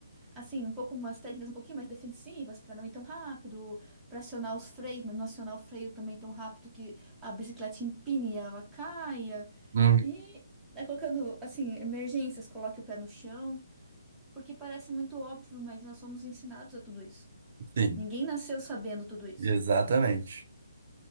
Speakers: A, in the centre; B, on the right.
A: assim, um pouco umas técnicas um pouquinho mais defensivas para não ir tão rápido, para acionar os freios, mas não acionar o freio também tão rápido que a bicicleta empine e ela caia.
B: <laughs>
A: E né, colocando assim, emergências, coloque o pé no chão, porque parece muito óbvio, mas nós somos ensinados a tudo isso.
B: Sim,
A: Ninguém nasceu sabendo tudo isso.
B: exatamente.